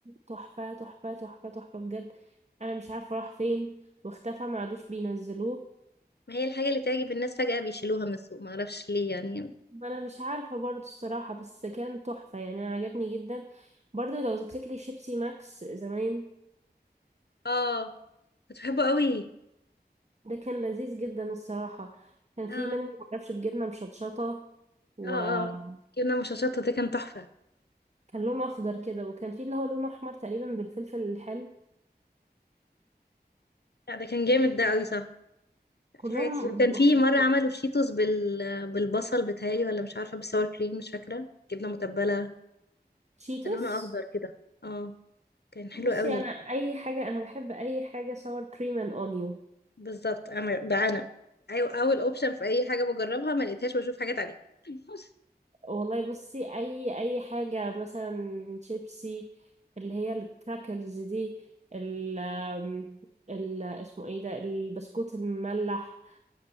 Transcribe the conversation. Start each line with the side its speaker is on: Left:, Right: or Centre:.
Right: تحفة تحفة تحفة تحفة بجد أنا مش عارفة راح فين واختفى ما عادوش بينزلوه
Left: ما هي الحاجة اللي تعجب الناس فجأة بيشيلوها من السوق ما اعرفش ليه يعني
Right: ما انا مش عارفه برضو الصراحه بس كان تحفه يعني انا عجبني جدا برضو لو تفتكري شيبسي ماكس زمان
Left: اه كنت بحبه قوي
Right: ده كان لذيذ جدا الصراحه كان
Left: اه
Right: في منه معرفش بجبنه مشطشطه وكان
Left: اه اه جبنا مشاشات ده كان تحفة
Right: لونه اخضر كده وكان في اللي هو لونه احمر تقريبا بالفلفل الحلو
Left: لا ده كان جامد ده قوي صح
Right: كلهم
Left: في حاجات كتير وكان
Right: بيبقوا
Left: في
Right: حلوين
Left: مرة عملوا شيتوس بال بالبصل بتهيألي ولا مش عارفة بالساور كريم مش فاكرة جبنة متبلة
Right: تشيتوس
Left: كان لونه أخضر كده اه كان حلو
Right: بصي
Left: قوي
Right: انا اي حاجه انا بحب اي حاجه sour cream and onion
Left: بالظبط انا ده انا ايوه اول اوبشن في اي حاجه بجربها ما لقيتهاش بشوف حاجات عليها <laughs>
Right: والله بصي اي اي حاجه مثلا شيبسي اللي هي الكراكرز دي ال آم، ال اسمه ايه ده البسكوت المملح